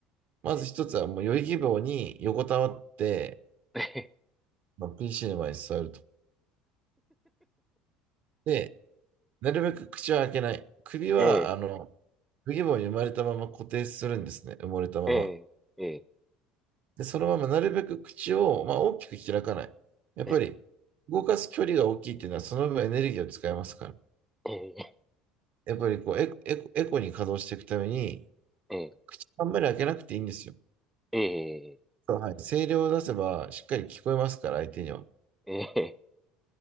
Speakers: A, on the right; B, in the centre.
A: まず一つはもう余裕希望に横たわって、
B: う。ええ、
A: まあ PC の前に座ると。で、なるべく口は開けない。首は、
B: ええ、
A: あの、不義母に生まれたまま固定するんですね。埋もれたまま。
B: ええ、え
A: で、そのままなるべく口を、まあ、大きく開かない。やっぱり、
B: え、
A: 動かす距離が大きいっていうのは、その分エネルギーを使いますから。
B: ええ、
A: やっぱりこうエコ、エコ、エコに稼働していくために、
B: ええ、
A: 口あんまり開けなくていいんですよ。
B: ええ、ええ、
A: そうはい、声量を出せばしっかり聞こえますから、相手には。
B: ええ、